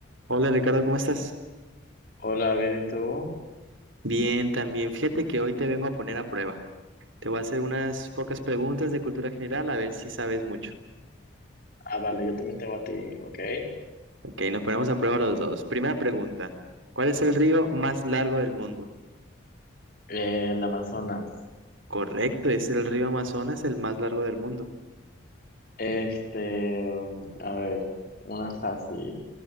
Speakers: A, on the right; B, on the left.
A: Hola Ricardo, ¿cómo estás?
B: Hola, ¿bien y tú?
A: Bien, también. Fíjate que hoy te vengo a poner a prueba. Te voy a hacer unas pocas preguntas de cultura general a ver si sabes mucho.
B: Ah, vale, yo también te hago a ti, ok. Eh,
A: Ok, nos ponemos a prueba los dos. Primera pregunta, ¿cuál es el río más largo del mundo?
B: el Amazonas.
A: Correcto, es el río Amazonas, el más largo del mundo.
B: Este, um, a ver, una fácil.